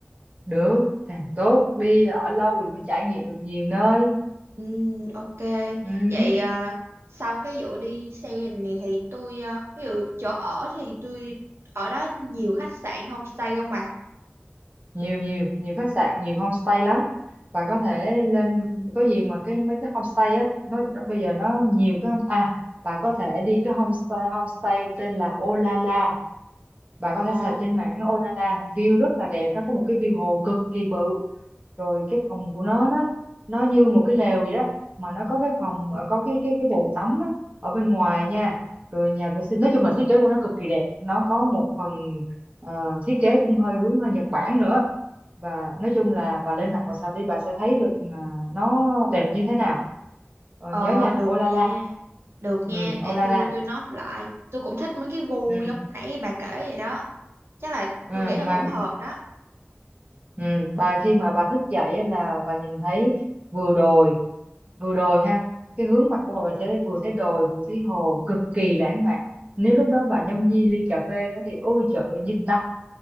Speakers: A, on the right (about 35°); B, on the right (about 75°).
A: được càng tốt đi ở lâu thì mới trải nghiệm được nhiều nơi
B: ừ, ok
A: ừ,
B: vậy ờ, sau cái vụ đi xe này thì tôi ờ, ví dụ chỗ ở thì tôi ở đó nhiều khách sạn homestay không bà
A: nhiều nhiều nhiều khách sạn nhiều homestay lắm bà có thể lên có gì mà cái mấy cái homestay á nó bây giờ nó nhiều cái homestay à bà có thể đi cái homestay homestay tên là Olala bà có thể
B: ờ
A: search trên mạng Olala view rất là đẹp nó có một cái view hồ cực kỳ bự rồi cái phòng của nó nó nó như một cái lều vậy đó mà nó có cái phòng ờ, có cái cái cái bồn tắm á, ở bên ngoài nha rồi nhà vệ sinh nói chung là thiết kế của nó cực kỳ đẹp nó có một phần ờ, thiết kế cũng hơi hướng hơi Nhật Bản nữa và nói chung là bà lên mạng bà search đi bà sẽ thấy được ờ, nó đẹp như thế nào Ờ,
B: ờ
A: nhớ nha
B: được
A: Olala
B: nha được nha
A: ừ
B: để
A: Olala
B: tôi tôi note lại tôi cũng thích mấy cái gu
A: ừ,
B: giống nãy bà kể vậy đó chắc là
A: ừ
B: tôi nghĩ là
A: mà
B: cũng hợp đó
A: Ừ, bà khi mà bà thức dậy á là bà nhìn thấy vừa đồi vừa đồi ha cái hướng mặt của bà bà sẽ vừa thấy đồi vừa thấy hồ cực kỳ lãng mạn nếu lúc đó bà nhâm nhi ly cà phê nữa thì ôi trời ơi nhức nách